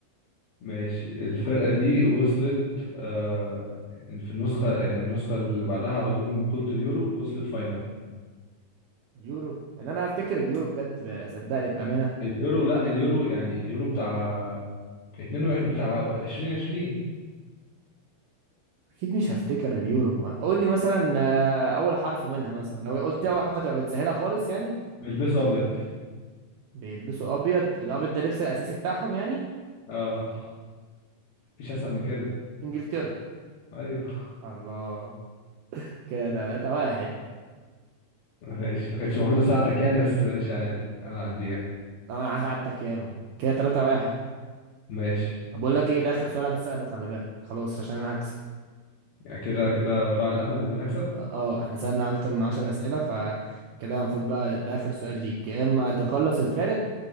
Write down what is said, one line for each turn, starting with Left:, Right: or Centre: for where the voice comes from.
Left: ماشي الفرقة دي وصلت آه، في النسخة يعني النسخة اللي بعدها على طول من بطولة اليورو وصلت فاينال
Right: اليورو ان انا هفتكر اليورو بجد ب- صدقني بأمانة
Left: اليورو لا اليورو يعني اليورو بتاع 22 بتاع 2020
Right: اكيد مش هفتكر اليورو قول لي مثلا آه، اول حرف منها مثلا لو قلت لي اول حرف هتبقى بتسهلها خالص يعني
Left: بيلبسوا أبيض
Right: بيلبسوا ابيض الابيض ده اللبس الاساسي بتاعهم يعني
Left: اه مفيش أسهل من كده
Right: انجلترا
Left: أيوه.
Right: الله كده 3 1
Left: ماشي ما كانش المفروض اساعدك يعني بس ماشي عادي انا هعديها
Right: لو انا هساعدك ياما كده 3 واحد
Left: ماشي
Right: بقول لك ايه ده اخر سؤال هتساله خلي بالك خلاص عشان انا هكسب
Left: يعني كده كده ضاع الامل ان انا اكسب
Right: اه آه، احنا سالنا اكتر من 10 اسئله فكده المفروض بقى ده اخر سؤال ليك يا اما تقلص الفارق